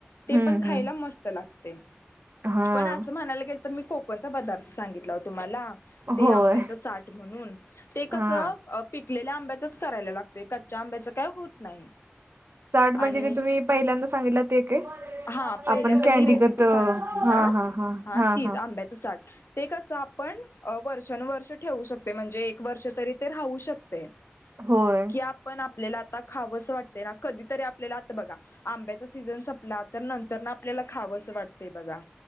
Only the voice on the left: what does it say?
ते
पण, खायला
मस्त लागतयं,
पण असं म्हणायला गेल तर मी कोकणचा पदार्थ सांगितला हो तुम्हाला ते
आंब्याच साठ हम्म ते कसं
पिकलेल्या आब्यांच. करायला लागतय कच्च्या आंब्याच काय होत नाही.
आणि
हा पहिल्यांदा
मी रेसिपी
सांगितली ना
तीच
आंब्याचं साठ ते कसं आपण. वर्षान वर्ष ठेवू शकतो म्हणजे एक वर्ष तरी ते राहू शकतंय.
कि आपण आपल्याला आता खावंस वाटते ना कधीतरी आपल्याला आता बघा आंब्याचा सीझन संपला तर नंतर ना आपल्याला खावं असं वाटते बघा